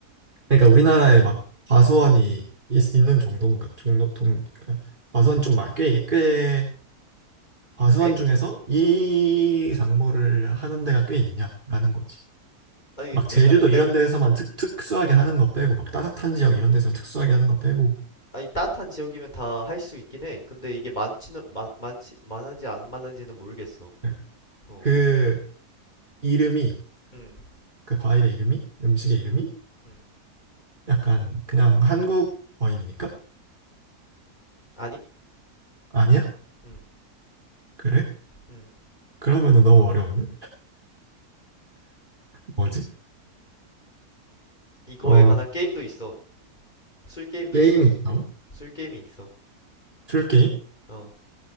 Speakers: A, on the right; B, on the left.
A: 그러니까 우리나라에 막 과수원이 있, 있는 정도인가 정도 동 그러니까 과수원 좀많꽤꽤 과수원
B: 꽤?
A: 중에서 이 작물을 하는 데가 꽤 있냐라는 거지.
B: 아니,
A: 막
B: 왜냐면
A: 제주도
B: 내가,
A: 이런 데에서만 특, 특수하게 하는 거 빼고 막 따뜻한 지역 이런 데서 특수하게 하는 거 빼고
B: 아니, 따뜻한 지역이면 다 할 수 있긴 해. 근데 이게 많지는, 많, 많지, 많은지 안 많은지는 모르겠어.
A: 네.
B: 어,
A: 그 이름이
B: 응,
A: 그 과일의 이름이 음식의
B: 응,
A: 이름이
B: 응.
A: 약간 그냥 한국어입니까?
B: 아니?
A: 아니야?
B: 응,
A: 그래?
B: 응.
A: 그러면은 너무 어려운데? 뭐지?
B: 이거에
A: 어
B: 관한 게임도 있어. 술 게임도
A: 게임이
B: 있어.
A: 있다술
B: 술 게임이 있어.
A: 게임?
B: 어.